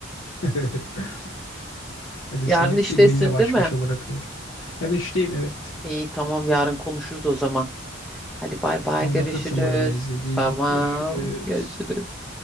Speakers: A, on the left; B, in the centre.
A: <laughs> Hadi
B: Yarın
A: seni
B: iştesin
A: filminle baş
B: değil mi?
A: başa bırakıyorum. Yarın işteyim evet.
B: İyi tamam yarın konuşuruz o zaman. Hadi bay bay
A: Anlatırsın
B: görüşürüz.
A: bana ne izlediğini.
B: Tamam
A: Görüşürüz.
B: görüşürüz.